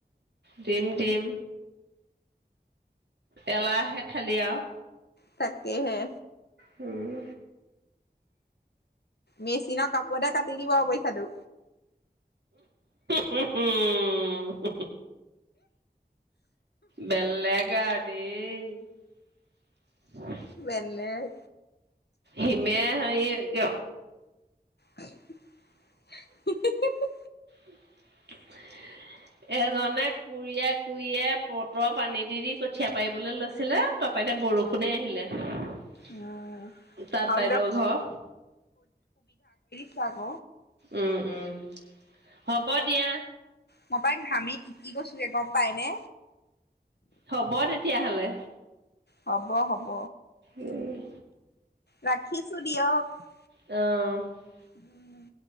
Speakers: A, on the right; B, on the left.
A: দিম দিম এলাহে খালি আৰু।
B: তাকেহে।
A: উম।
B: মেচিনক কাপোৰতে কাটি দিব পইচাটো।
A: হঁ-হঁ-হঁ। বেলেগ আৰু দেই ।
B: বেলেগ
A: হিমে হ- কিয়
B: হি- হি- হি - হি।
A: <inaudible> এজনে কুৰিয়াই কুৰিয়াই পটৰ পানী দি - দি কঠীয়া পাৰিবলৈ লৈছিলে। তপাইতে বৰষুণে আহিলে ।
B: উম
A: তাত
B: হওক
A: বাইদেউৰ
B: দিয়ক
A: ঘৰ।
B: ছা আক'।
A: উম - উম । হ'ব দিয়া।
B: মই পাই ঘামি টিটি গৈছোঁ গে, গম পাইনে?
A: হ'ব তেতিয়াহলে।
B: হ'ব - হ'ব।
A: উম।
B: ৰাখিছোঁ দিয়ক।
A: অ'।
B: উম।